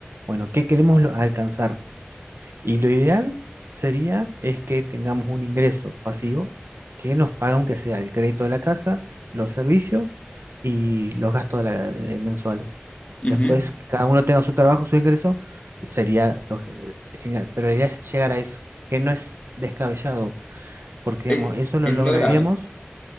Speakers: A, on the right; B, on the left.
A: bueno, ¿qué queremos lo- alcanzar? Y lo ideal sería es que tengamos un ingreso pasivo que nos paga aunque sea el crédito de la casa, los servicios y los gastos de la- de mensuales.
B: bien.
A: Después,
B: Ujú.
A: que cada uno tenga su trabajo, su ingreso, sería lo ge- genial. Pero la idea es llegar a eso, que no es descabellado, porque
B: Es,
A: digamos, eso lo
B: es
A: lograríamos,
B: lograble.